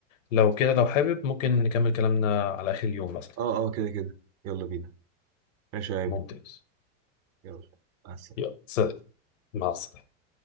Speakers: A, on the left; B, on the right.
A: لو كده لو حابب ممكن نكمل كلامنا على اخر اليوم مثلا
B: اه اه كده كده يلا بينا ماشي يا أيمن
A: ممتاز
B: يلا مع السلامة
A: يلا سلام مع السلامة